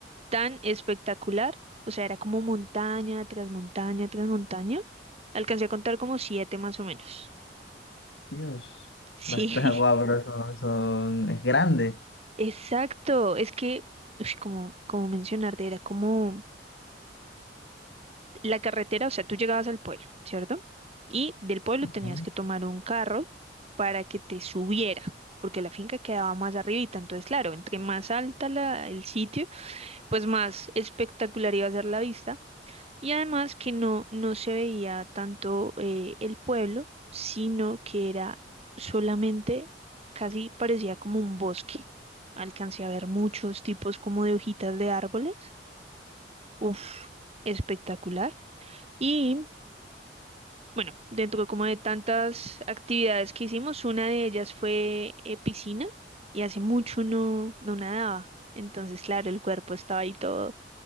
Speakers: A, on the right; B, on the left.
A: tan espectacular. O sea, era como montaña tras montaña tras montaña. Alcancé a contar como siete más o menos.
B: Dios,
A: Sí,
B: basta
A: <laughs>
B: guau, bro, son, son- es grande.
A: exacto. Es que, ush, como, como mencionarte, era como la carretera, o sea, tú llegabas al pueblo, ¿cierto? Y del pueblo
B: Ok.
A: tenías que tomar un carro para que te subiera, porque la finca quedaba más arribita. Entonces, claro, entre más alta la, el sitio, pues más espectacular iba a ser la vista. Y además que no, no se veía tanto eh, el pueblo, sino que era solamente, casi parecía como un bosque. Alcancé a ver muchos tipos como de hojitas de árboles. Uf, espectacular. Y bueno, dentro como de tantas actividades que hicimos, una de ellas fue eh, piscina y hace mucho no, no nadaba. Entonces, claro, el cuerpo estaba ahí todo,